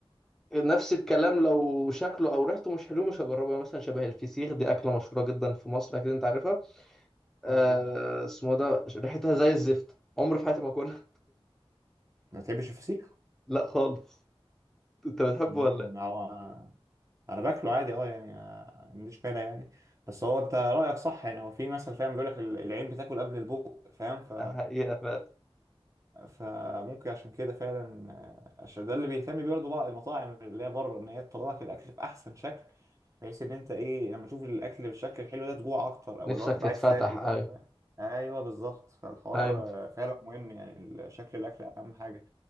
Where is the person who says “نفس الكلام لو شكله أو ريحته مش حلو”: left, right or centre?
Centre